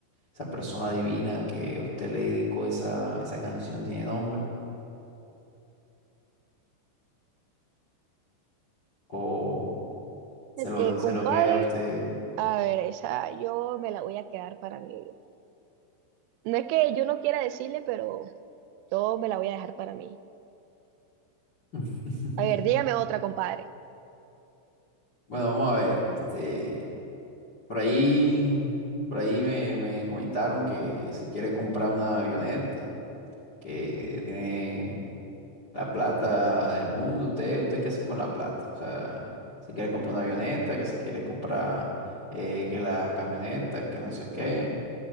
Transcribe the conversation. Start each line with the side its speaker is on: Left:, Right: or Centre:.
Left: esa persona divina que usted le dedicó esa, esa canción, ¿tiene nombre? ¿O se
Right: Es-
Left: lo,
Right: eh,
Left: se
Right: compadre,
Left: lo queda a usted?
Right: a ver, esa yo me la voy a quedar para mí. yo. No es que yo no quiera decirle, pero yo me la voy a dejar para mí.
Left: <laughs>
Right: A ver, dígame otra, compadre.
Left: Bueno, vamos a ver, este. Por ahí, por ahí me, me comentaron que se quiere comprar una avioneta, que ya tiene la plata del mundo. ¿Usted, usted qué hace con la plata? O sea, se quiere comprar una avioneta, que se quiere comprar eh, que las camionetas, que no sé qué.